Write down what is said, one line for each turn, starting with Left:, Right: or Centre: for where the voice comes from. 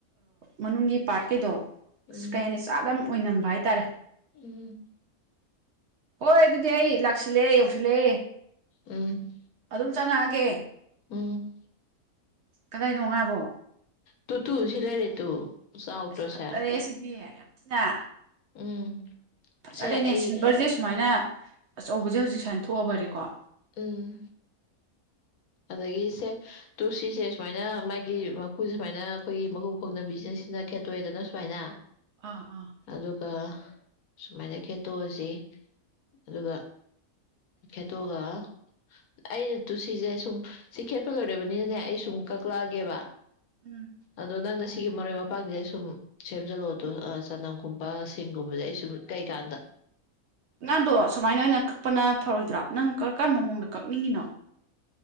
Right: ꯃꯅꯨꯡꯒꯤ ꯄꯥꯔꯠꯀꯩꯗꯣ ꯑꯁ
Left: ꯎꯝ
Right: ꯀꯩ ꯍꯥꯏꯅꯤ ꯆꯥꯕꯗꯥ ꯌꯥꯝ ꯑꯣꯏꯅꯝꯕ ꯍꯥꯏꯇꯥꯔꯦ
Left: ꯎꯝ
Right: ꯍꯣꯏ ꯑꯗꯨꯗꯤ ꯑꯩ ꯂꯥꯛꯁꯤꯜꯂꯦ ꯌꯧꯁꯤꯜꯂꯦ
Left: ꯎꯝ
Right: ꯑꯗꯨꯝ ꯆꯪꯉꯛꯑꯒꯦ
Left: ꯎꯝ
Right: ꯀꯗꯥꯏꯅꯣꯉꯥꯕꯣ
Left: ꯇꯨ ꯇꯨ ꯎꯁꯤꯂꯦ ꯔꯦ ꯇꯨ ꯆꯥꯎꯗ꯭ꯔꯣꯁꯦ
Right: ꯑꯁ ꯐꯅꯔꯦ ꯁꯤꯗꯤ ꯌꯥꯝ ꯊꯤꯅ
Left: ꯎꯝ
Right: ꯉꯥꯁꯥꯏꯗꯩꯩꯅꯦ
Left: ꯁꯦ ꯑꯩ
Right: ꯁꯤꯜꯚꯔꯁꯦ ꯁꯨꯃꯥꯏꯅ ꯑꯆꯧꯕꯁꯦ ꯍꯧꯖꯤꯛ ꯁꯨꯃꯥꯏꯅ ꯊꯣꯛꯑꯕꯔꯦꯀꯣ
Left: ꯎꯝ ꯑꯗꯒꯤ ꯁꯦ ꯇꯨꯜꯁꯤꯁꯦ ꯁꯨꯃꯥꯏꯅ ꯃꯥꯒꯤ ꯃꯈꯨꯁꯦ ꯁꯨꯃꯥꯏꯅ ꯑꯩꯈꯣꯏꯒꯤ ꯃꯈꯨ ꯈꯣꯡꯅꯕꯤꯁꯤꯅ ꯁꯤꯅ ꯈꯦꯩ ꯇꯣꯏꯦꯗꯅ ꯁꯨꯃꯥꯏꯅ
Right: ꯑꯥ ꯑꯥ
Left: ꯑꯗꯨꯒ ꯁꯨꯃꯥꯏꯅ ꯈꯦꯠꯇꯣꯛꯑꯁꯤ ꯑꯗꯨꯒ ꯈꯦꯠꯇꯣꯛꯑꯒ ꯑꯩꯅ ꯇꯨꯁꯤꯁꯦ ꯁꯨꯝ ꯁꯤ ꯈꯦꯠꯄ ꯂꯣꯏꯔꯦꯔꯕꯅꯤꯅꯅꯦ ꯑꯩ ꯁꯨꯝ ꯀꯛꯂꯛꯑꯒꯦꯕ
Right: ꯎꯝ
Left: ꯑꯗꯣ ꯅꯪꯅ ꯁꯤꯒꯤ ꯃꯔꯣꯏ ꯃꯄꯥꯡꯁꯦ ꯁꯨꯝ ꯁꯦꯝꯖꯜꯂꯛꯑꯣꯗꯣ ꯆꯅꯝꯒꯨꯝꯕ ꯁꯤꯡꯒꯨꯝꯕꯁꯦ ꯑꯩ ꯁꯨꯝ ꯀꯩꯀꯥꯟꯗ
Right: ꯑꯉꯥꯡꯗꯣ ꯁꯨꯃꯥꯏꯅ ꯑꯣꯏꯅ ꯀꯛꯄꯅ ꯐꯔꯣꯏꯗ꯭ꯔꯣ ꯅꯪ ꯀ ꯀꯔꯝꯕ ꯃꯑꯣꯡꯗ ꯀꯛꯅꯤꯡꯉꯤꯅꯣ